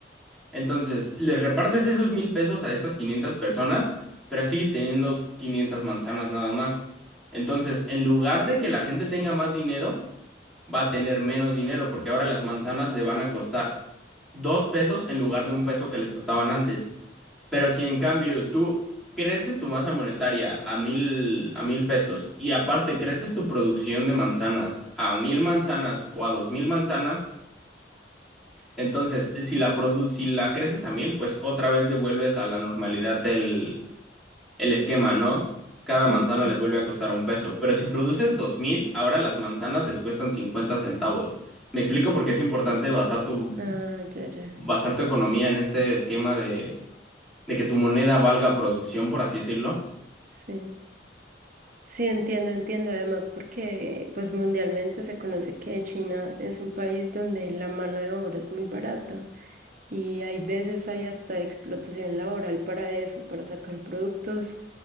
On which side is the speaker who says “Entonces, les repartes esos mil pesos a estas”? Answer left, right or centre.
Centre